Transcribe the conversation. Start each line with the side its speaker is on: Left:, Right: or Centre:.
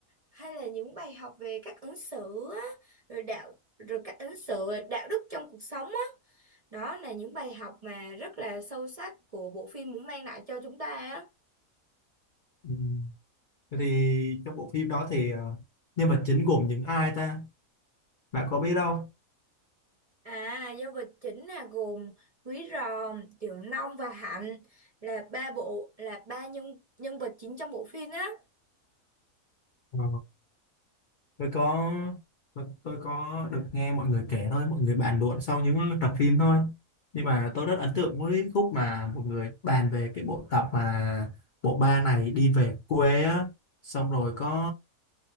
Right: hay là những bài học về cách ứng xử á, rồi đạo, rồi cách ứng xử, đạo đức trong cuộc sống á. Đó là những bài học mà rất là sâu sắc của bộ phim muốn mang lại cho chúng ta á.
Left: Ừ. Vậy Thì trong bộ phim đó thì ờ, nhân vật chính gồm những ai ta? Bạn có biết đâu?
Right: À, nhân vật chính là gồm Quý Ròm, Tiểu Long và Hạnh là ba bộ là ba nhân nhân vật chính trong bộ phim á.
Left: Ờ, Tôi có tôi, tôi có được nghe mọi người kể thôi, mọi người bàn luận sau những tập phim thôi. Nhưng mà tôi rất ấn tượng với khúc mà mọi người bàn về cái bộ tập mà bộ ba này đi về quê á, xong rồi có